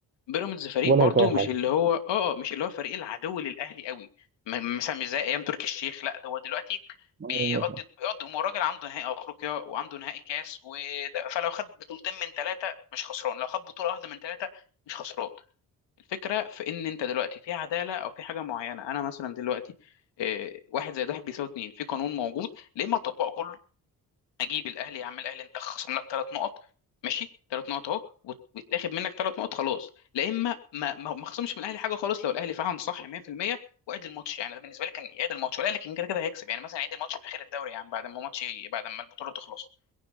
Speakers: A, on the left (about 70°); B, on the right (about 25°).
A: بيراميدز فريق
B: ولا
A: برضو
B: هتغير
A: مش
B: حاجه
A: اللي هو اه آه، مش اللي هو الفريق العدو للاهلي قوي م- مثلا مش زي ايام تركي الشيخ لا ده هو دلوقتي
B: ما
A: بيقضي بيقضي امور راجل عنده نهائي افريقيا وعنده نهائي كاس وده فلو خد بطولتين من ثلاثه مش خسران لو خد بطوله واحده من ثلاثه مش خسران الفكرة في إن أنت دلوقتي في عدالة أو في حاجة معينة أنا مثلا دلوقتي آه، واحد زائد واحد بيساوي اتنين في قانون موجود ليه ما أطبقه كله أجيب الأهلي يا عم الأهلي أنت خصم لك ثلاث نقط ماشي ثلاث نقط أهو وت- ويتاخد منك ثلاث نقط خلاص لا إما ما ما ما خصمش من الأهلي حاجة خالص لو الأهلي فعلا صح 100% وعيد الماتش يعني ده بالنسبة لي كان يعيد الماتش والأهلي كان كده كده هيكسب يعني مثلا يعيد الماتش في آخر الدوري يعني بعد ما ماتش بعد ما البطولة تخلص